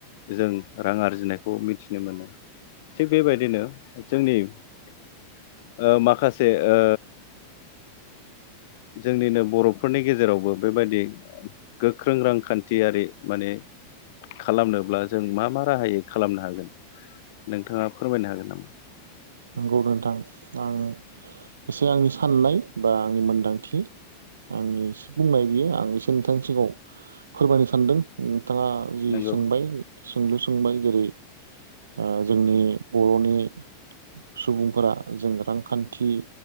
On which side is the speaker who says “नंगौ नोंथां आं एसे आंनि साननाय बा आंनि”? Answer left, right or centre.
Right